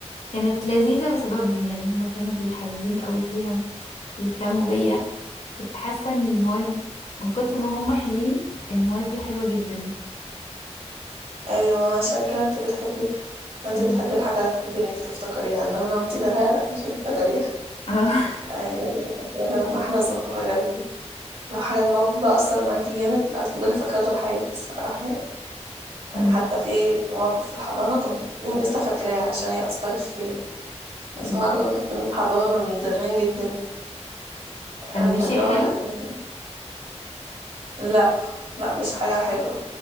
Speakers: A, on the left; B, on the right.
A: كانت لذيذة بسببهم يعني هما كانوا بيحببوني قوي فيها بيهتموا بيا كنت حاسة ان المواد من كتر ما هما حلوين المواد دي حلوة جدا
B: ايوه عشان كده انت بتحبي ما انت
A: مم.
B: بتحبي الحاجه هتحبي انك تفتكريها انما لو انت كارهاها لا مش هتفتكريها
A: <laughs> اه
B: يعني ده اللي كان بيقول لنا واحنا صغيرين لو حاجه موقف بقى اثر معاكي جامد لا هتفضلي فاكراه طول حياتك الصراحه يعني
A: مم.
B: يعني حتى في مواقف في الحضانه كنت يعني لسه فاكراها عشان هي اثرت فيا يعني
A: مم.
B: سبحان الله من, من الحضانه من زمان جدا
A: كان
B: آه،
A: بشيء
B: فاللي
A: حلو
B: هو يعني لا لا مش حاجه حلوه